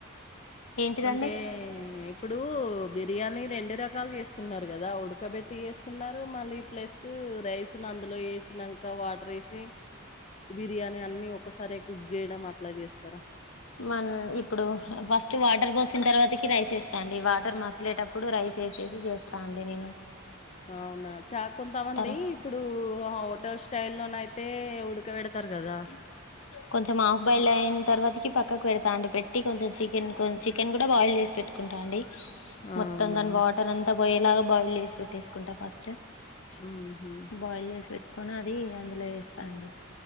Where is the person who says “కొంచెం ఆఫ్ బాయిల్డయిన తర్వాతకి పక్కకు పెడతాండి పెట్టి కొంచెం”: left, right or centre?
Left